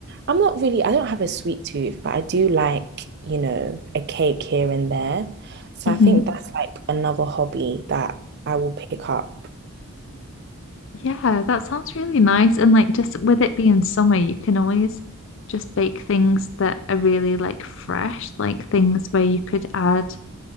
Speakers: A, on the right; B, on the left.
A: I'm not really, I don't have a sweet tooth, but I do like, you know, a cake here and there. So
B: hmm
A: I think that's like another hobby that I will pick up.
B: Yeah, that sounds really nice. And like just with it being summer, you can always just bake things that are really like fresh, like things where you could add